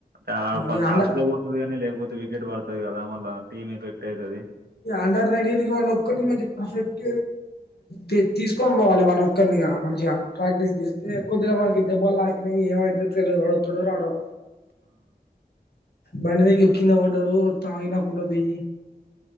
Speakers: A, on the right; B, on the left.
A: అ ప
B: ఇగ
A: తాసుదే
B: అండ
A: పోతది గాని లేకపోతే వికెట్ ప గద మల్ల టీమ్ ఎఫెక్ట్ ఐతది
B: ఈ ఆండా నడివా ఒక్కటి మంచి పర్ఫెక్ట్ తి తీసుకొని పోవాలి వాళ్ళ వక్కనిగా మనీ జాగ్ ట్రై చేస్తే కొద్దిగ మా ఈ దెబ్బలు తాకినయ్ ఏమైతదో తెలువదు వాడు వతాడో రాడో బండి దిగి కిందబడ్డారు తాయి ఇనకుంటబోయ్